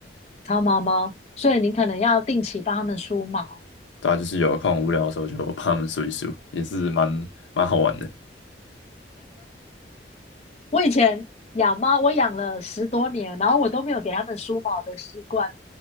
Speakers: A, on the left (about 35°); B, on the left (about 85°).
A: 长毛猫，所以你可能要定期帮它们梳毛。
B: 对啊，就是有空无聊的时候就帮它们梳一梳，也是蛮蛮好玩的。
A: 我以前养猫，我养了十多年，然后我都没有给它们梳毛的习惯。